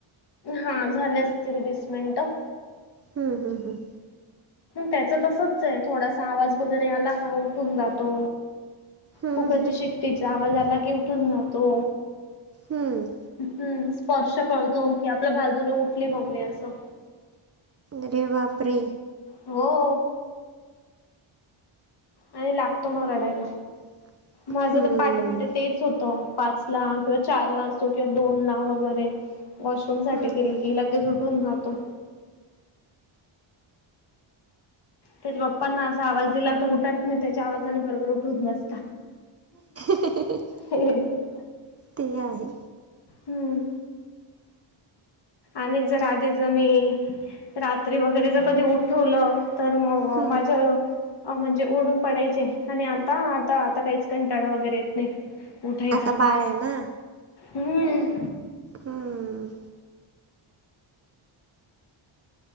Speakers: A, on the left; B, on the right.
A: हा झाले असतील वीस मिनट.
B: हम्म हम हम,
A: त्याच तसच आय थोडासा आवाज वगैरे आला का उठून जातो.
B: हम्म
A: कुकरची
B: हम्म
A: शिट्टीचा आवाज आला की उठून जातो.
B: हम्म
A: हम्म स्पर्श कळतो की आपल्या बाजूने उठली मम्मी असं.
B: अरे बापरे.
A: हो. आणि लागतो म रडायला.
B: <inaudible>
A: माझं
B: हम्म.
A: तर पाटेपाटे तेच होतं पाच ला किंवा चार ला असो किंवा दोन ला वगैरे वॉशरूम साठी
B: हम्म,
A: गेली
B: हम्म.
A: की लगेच उठून राहातो. त्याचे पप्पा ना असा आवाज दिला तो उठत नाय त्याच्या आवाजाने बरोबर उठून बसता.
B: <unintelligible>
A: <unintelligible>
B: ते आहे.
A: हम्म. आणि जर आधीज मी रात्री वगैरे जर कधी उठवलं तर मग
B: हम्म.
A: माझ्यावर अ म्हणजे ओढून पडायचे आणि आता आता आता काहीच कंटाळा वगैरे येत नाय. उठाय
B: आता बाळ ए ना.
A: हम्म.
B: हम्म.